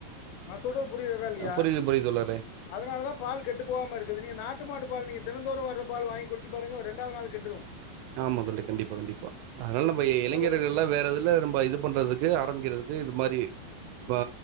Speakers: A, on the left; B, on the right.
A: நா சொல்றது புரியுதாகா இல்லியா
B: புரியுது புரியுது தோழரே
A: அதனாலதா பால் கெட்டு போகாம இருக்குது நீங்க நாட்டு மாட்டு பால் நீங்க தினந்தோறு வர பால் வாங்கி குடிச்சு பாருங்க ஒர் ரண்டாவது நாள் கெட்டுரு
B: ஆமா தோழி கண்டிப்பா கண்டிப்பா அதனால நம்ம இளைஞர்கள்லா
A: என்ன சொல்ல
B: வேறதுல நம்ம இது பண்றதுக் கு ஆரம்பிக்கிரதுக்கு இது மாரி அ